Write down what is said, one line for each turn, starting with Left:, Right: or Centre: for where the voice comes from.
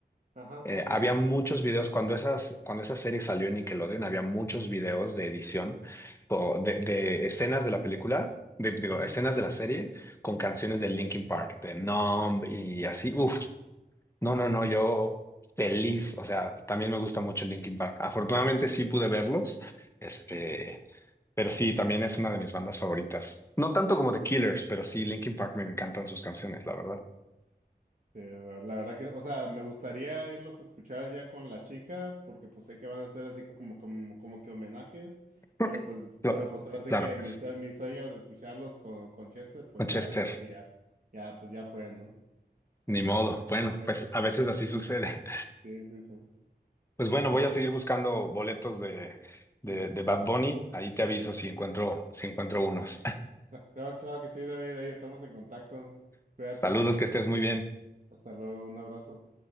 Right: Ajá, sí,
Left: Eh,
Right: sí.
Left: había muchos videos cuando esas, cuando esa serie salió en Nickelodeon, había muchos videos de edición co- de, de escenas de la película, de, digo,
Right: Ujú.
Left: escenas de la serie con canciones de Linkin Park, de Numb y así. Uf, no, no,
Right: Sí,
Left: no,
Right: sí.
Left: yo feliz. O sea, también me gusta mucho Linkin Park. Afortunadamente sí pude verlos, este,
Right: Ujú.
Left: pero sí, también es una de mis bandas favoritas. No tanto como The Killers, pero sí, Linkin Park me encantan sus canciones, la verdad.
Right: Eh, la, la verdad que, o sea, me gustaría irlos a escuchar ya con la chica, porque pues sé que van a hacer así co- como, como, como que homenajes,
Left: Ok.
Right: pero pues,
Left: Cla-
Right: pero pues ahora sí
Left: Claro,
Right: que mi, sue- mi sueño de escucharlos con, con Chester, pues
Left: Manchester.
Right: ya, ahora sí que ya, ya, pues ya fue, ¿no?
Left: Ni modo.
Right: Pero,
Left: Bueno,
Right: pero,
Left: pues a
Right: pero,
Left: veces así
Right: pero, en
Left: sucede.
Right: fin.
Left: <laughs>
Right: Sí, sí, sí.
Left: Pues bueno,
Right: Pero
Left: voy
Right: oye,
Left: a seguir buscando boletos
Right: ujú,
Left: de, de,
Right: ujú.
Left: de Bad Bunny. Ahí te aviso si encuentro, si encuentro unos.
Right: Cla- Claro, claro que sí, David, ahí estamos en contacto.
Left: <laughs>
Right: Cuídate.
Left: Saludos, que estés muy bien.
Right: Hasta luego, un abrazo.